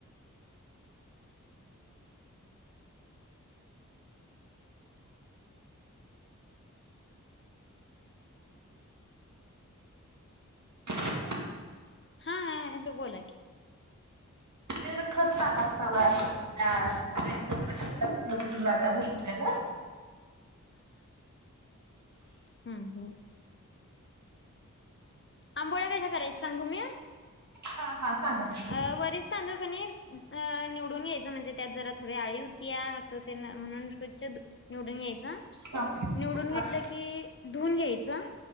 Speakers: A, on the right (about 70°); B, on the left (about 40°).
A: हॅलो.
B: हा हॅलो बोला की.
A: ते जरा खत टाकाय चालू हाय आता त्या <unintelligible> उचलू लागाय बोलूया
B: हम् हम. आंबोळ्या कशा करायच्या सांगू मी?
A: हा हा. सांगा की
B: अ वरीच तांदूळ कणी निवडून घ्यायचं म्हणजे त्यात जरा थोडी आळी होती या अस तेन म्हणून स्वच्छ निवडून घ्यायच.
A: हा हा
B: निवडून घेतलं
A: हा
B: की धुऊून घ्यायच,